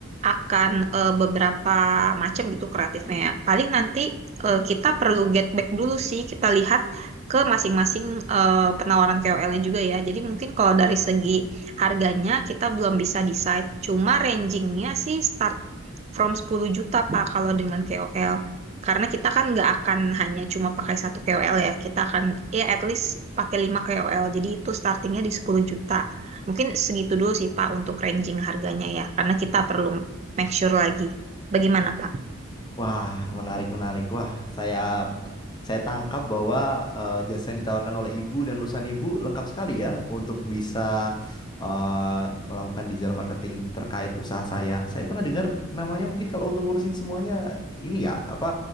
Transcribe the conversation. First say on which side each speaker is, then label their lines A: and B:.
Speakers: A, on the right; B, on the left.
A: akan eh, beberapa macam gitu kreatifnya ya. Paling nanti eh, kita perlu get back dulu sih, kita lihat ke masing-masing eh, penawaran KOL-nya juga ya. Jadi mungkin kalau dari segi harganya kita belum bisa decide. Cuma rangingnya sih start from 10 juta Pak kalau dengan KOL. Karena kita kan nggak akan hanya cuma pakai satu KOL ya. Kita akan ya at least pakai 5 KOL. Jadi itu startingnya di 10 juta. Mungkin segitu dulu sih Pak untuk ranging harganya ya. Karena kita perlu make sure lagi. Bagaimana Pak?
B: Wah, menarik, menarik. Wah, saya Saya tangkap bahwa eh, jasa yang ditawarkan oleh ibu dan perusahaan ibu lengkap sekali ya untuk bisa eh, melakukan digital marketing terkait usaha saya. Saya pernah dengar namanya mungkin kalau untuk ngurusin semuanya ini ya apa